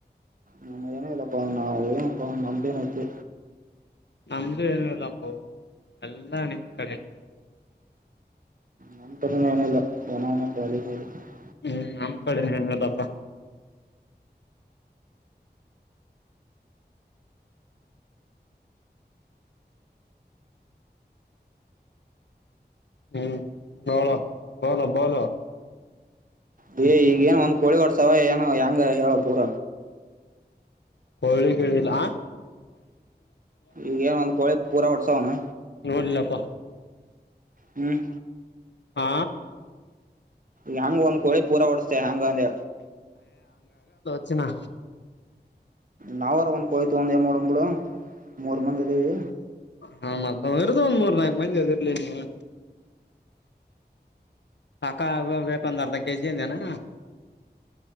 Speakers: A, on the right; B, on the left.
A: ನಾನ ಏನ ಇಲ್ಲಪ್ಪ. ನಾವು ನಮ್ಡೆನೈತಿ.
B: ನಮ್ದು ಏನು ಇಲ್ಲಪ್ಪೋ ಎಲ್ಲಾ ನಿಮ್ ಕಡೆ.
A: ನಂ ಕರಿ ಏನಿಲ್ಲ. <unintelligible>
B: ಹ್ಮ್ ನಮ್ ಕಡೆ ಏನಲ್ಲಪ್ಪ ಹ್ಮ್ ಬಾಳ ಬಲ ಬಲ.
A: ದೇ ಈಗ ಏನ್ ಒಂದ್ ಕೋಳಿ ಹೊಡ್ಸವ ಏನ್ ಹೆಂಗ ಹೇಳ ಪೂರ.
B: ಕೋಳಿ ಗಿಳಿಲ್ಲ.
A: ಈಗೇನ ಒಂದಕೋಳಿ ಪೂರ ವರ್ಷ ಹನು.
B: <unintelligible>
A: ಹ್ಮ್.
B: ಆ
A: ಹೆಂಗ ಒಂದ್ ಕೋಳಿ ಪೂರಾ ಓಡಸ್ತೇ ಹೆಂಗ ಅಂದೇ
B: ಚಿಪನಾ
A: ನಾವರಾ ಒಂದ ಕೊಳಿ ತೂಗೊಂಡ ಏನ ಮಾಡಣ ಬಿಡು ಮೂರ್ ಮಂದಿ ಅದವಿ
B: ಹಾ ಮತ್ತದರದುು ಒಂದ್ ಮೂರ್ ನಾಕಕ್ ಮಂದಿ ಅದಿರ್ಲಿ ನೀವು ಪಕಾ ಆಗೋಗೈತಿ ಒಂದ ಅರ್ಧ ಕೆಜಿ ಅಂದನಾ